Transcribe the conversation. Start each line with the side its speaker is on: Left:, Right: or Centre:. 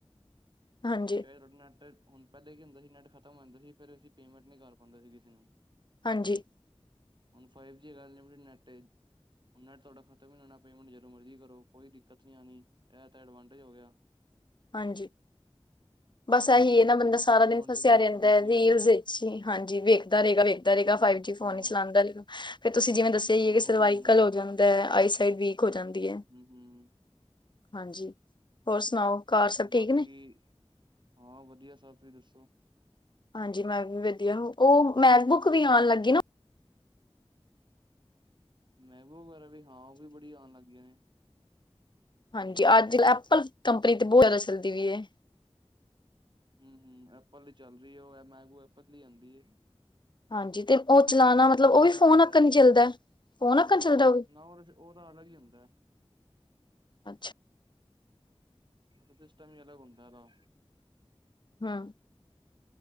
Left: ਹਾਂਜੀ
Right: ਚਾਹੇ ਤੁਹਾਡਾ ਨੈਟ ਹੁਣ ਪਹਿਲੇ ਕੀ ਹੁੰਦਾ ਸੀ ਨੈੱਟ ਖਤਮ ਹੋ ਜਾਂਦਾ ਸੀ, ਫਿਰ ਅਸੀਂ ਪੇਮੈਂਟ ਨੀ ਕਰ ਪਾਂਦੇ ਸੀ ਕਿਸੇ ਨੂੰ।
Left: ਹਾਂਜੀ।
Right: ਹੁਣ ਫਾਈਵ ਜੀ ਹੈਗਾ ਅਨਲਿਮਿਟਡ ਨੈਟ ਹੁਣ ਨੈਟ ਤੁਹਾਡਾ ਖ਼ਤਮ ਹੀ ਨੀ ਹੋਣਾ। ਪੇਮੈਂਟ ਜਦੋਂ ਮਰਜ਼ੀ ਕਰੋ, ਕੋਈ ਦਿੱਕਤ ਨੀ ਆਨੀ ਇਹ ਤਾਂ ਐਡਵਾਂਟੇਜ ਹੋ ਗਿਆ।
Left: ਹਾਂਜੀ ਬਸ ਇਹੀ ਹੈ ਨਾ, ਬੰਦਾ
Right: ਹੋਰ
Left: ਸਾਰਾ
Right: ਡਿਸਐਡਵਾਂਟੇਜ
Left: ਦਿਨ ਫਸਿਆ
Right: ਵੇਖ
Left: ਰਹਿੰਦਾ
Right: ਲੋ ਤੁਸੀਂ
Left: ਹੈ ਰੀਲਸ ਵਿੱਚ ਹੀ, ਹਾਂਜੀ ਵੇਖਦਾ ਰਹੇਗਾ, ਵੇਖਦਾ ਰਹੇਗਾ, ਫਾਈਵ ਜੀ ਫੋਨ
Right: ਹਾਂ
Left: ਹੀ ਚਲਾਂਦਾ ਰਹੇਗਾ। ਫਿਰ ਤੁਸੀਂ ਜਿਵੇਂ ਦੱਸਿਆ ਹੀਏ
Right: ਹਾਂ
Left: ਕਿ ਸਰਵਾਈਕਲ
Right: ਉਹੀ ਹੈ ਨਾ
Left: ਹੋ ਜਾਂਦਾ ਆਈਸ ਫਿਰ ਵੀ ਹੋ ਜਾਂਦੀ ਐ।
Right: ਹੂੰ ਹੂੰ
Left: ਹਾਂਜੀ, ਹੋਰ ਸੁਣਾਓ ਘਰ ਸਭ
Right: ਤੇ
Left: ਠੀਕ
Right: ਬਾਕੀ
Left: ਨੇ
Right: ਹਾਂ ਵਧੀਆ ਸਭ, ਤੁਸੀਂ ਦੱਸੋ
Left: ਹਾਂਜੀ ਮੈਂ ਵੀ ਵਧੀਆ, ਉਹ ਮੈਕ ਬੁੱਕ ਵੀ ਆਣ ਲੱਗੀ ਨਾ।
Right: ਮਹਿਬੂਬ ਵਗੈਰਾ ਵੀ ਹਾਂ, ਉਹ ਵੀ ਬੜੀ ਆਣ ਲੱਗ ਗੀਆਂ ਨੇ।
Left: ਹਾਂਜੀ, ਅੱਜ ਐਪਲ ਕੰਪਨੀ ਤੇ ਬਹੁਤ ਜ਼ਿਆਦਾ ਚੱਲਦੀ ਵੀ ਹੈ।
Right: ਹੂੰ-ਹੂੰ, ਐਪਲ ਹੀ ਚੱਲ ਰਹੀ ਐ ਉਹ ਮੈਗੂ ਐਪਲ ਦੀ ਆਂਦੀ ਹੈ।
Left: ਹਾਂਜੀ, ਤੇ ਉਹ ਚਲਾਉਣਾ ਮਤਲਬ ਉਹ ਵੀ
Right: ਫਾਇਦਾ
Left: ਫੋਨ ਅੱਕਨ
Right: ਹੈ
Left: ਹੀ ਚੱਲਦਾ, ਫੋਨ ਅੱਕਨ ਚੱਲਦਾ ਉਹ ਵੀ
Right: ਨਾ ਉਹਦੇ ਚ ਉਹਦਾ ਅਲੱਗ ਹੀ ਹੁੰਦਾ।
Left: ਅੱਛਾ।
Right: ਓਹ ਤਾ ਸਿਸਟਮ ਹੀ ਅਲੱਗ ਹੁੰਦਾ ਓਦਾ
Left: ਹਾਂ।